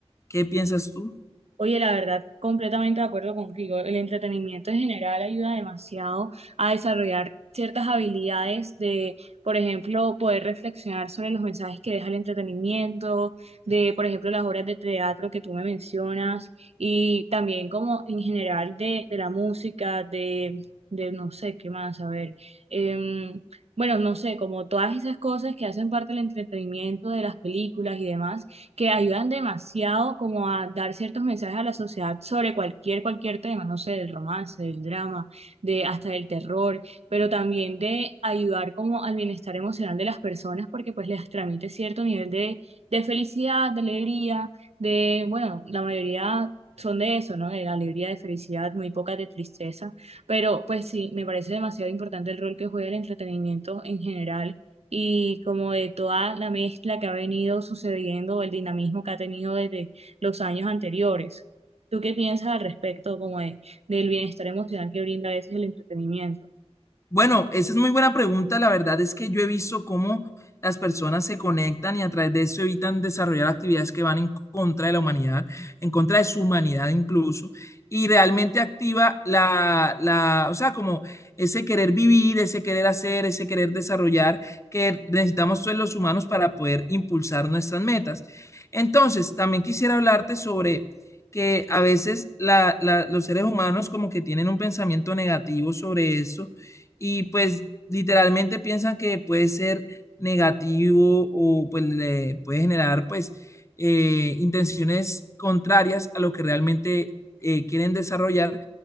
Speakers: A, on the left; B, on the right.
A: ¿Qué piensas tú?
B: Oye, la verdad, completamente de acuerdo contigo. El entretenimiento en general ayuda demasiado a desarrollar ciertas habilidades de, por ejemplo, poder reflexionar sobre los mensajes que deja el entretenimiento, de, por ejemplo, las obras de teatro que tú me mencionas, y también como en general de, de la música, de, de no sé qué más, a ver. em, bueno, no sé, como todas esas cosas que hacen parte del entretenimiento de las películas y demás que ayudan demasiado como a dar ciertos mensajes a la sociedad sobre cualquier, cualquier tema, no sé, del romance, del drama, de hasta del terror, pero también de ayudar como al bienestar emocional de las personas porque pues les transmite cierto nivel de, de felicidad, de alegría, de, bueno, la mayoría... Son de eso, ¿no? De alegría, de felicidad, muy pocas de tristeza. Pero pues sí, me parece demasiado importante el rol que juega el entretenimiento en general y como de toda la mezcla que ha venido sucediendo, el dinamismo que ha tenido desde los años anteriores. ¿Tú qué piensas al respecto como de, del bienestar emocional que brinda a veces el entretenimiento?
A: Bueno, esa es muy buena pregunta. La verdad es que yo he visto cómo las personas se conectan y a través de eso evitan desarrollar actividades que van en contra de la humanidad, en contra de su humanidad incluso, y realmente activa la, la, o sea, como ese querer vivir, ese querer hacer, ese querer desarrollar que necesitamos todos los humanos para poder impulsar nuestras metas. Entonces, también quisiera hablarte sobre que a veces la- la- los seres humanos como que tienen un pensamiento negativo sobre esto y pues literalmente piensan que puede ser negativo o pues le puede generar pues eh, intenciones contrarias a lo que realmente eh, quieren desarrollar.